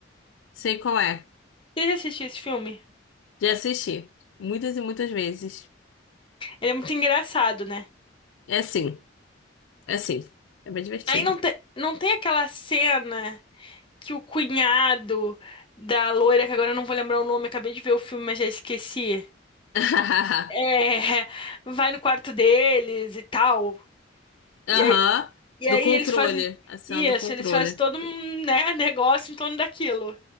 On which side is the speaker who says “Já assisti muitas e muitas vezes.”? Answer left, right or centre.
Left